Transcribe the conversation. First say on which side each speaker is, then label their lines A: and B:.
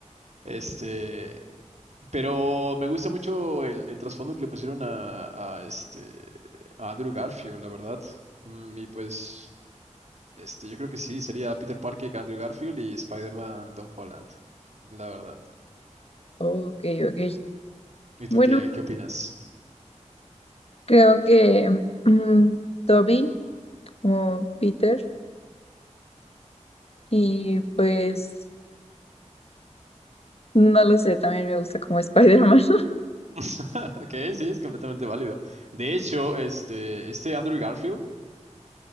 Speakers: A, on the right; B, on the left.
A: Este, Pero me gusta mucho el, el trasfondo que le pusieron a, a, este, a Andrew Garfield, la verdad. Mm, y pues, este, yo creo que sí, sería Peter Parker, Andrew Garfield y Spider-Man Tom Holland, la verdad.
B: Ok, ok.
A: ¿Y tú
B: Bueno,
A: qué, qué opinas?
B: creo que mm, Toby o Peter y pues no lo sé, también me gusta como Spider-Man. <laughs>
A: <laughs> Ok, sí, es completamente válido. De hecho, este, este Andrew Garfield